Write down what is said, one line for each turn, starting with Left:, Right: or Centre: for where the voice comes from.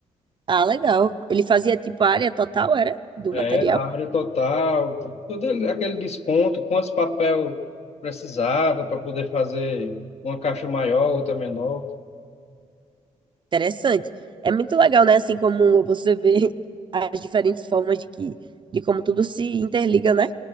Right: Ah, legal. Ele fazia tipo a área total, era, do
Left: É,
Right: material.
Left: Era a área total, tu- tudo ele- aquele desconto, quantos papel precisava para poder fazer uma caixa maior, outra menor.
Right: Interessante. É muito legal, né? Assim como você vê <laughs> as diferentes formas de que, de como tudo se interliga, né?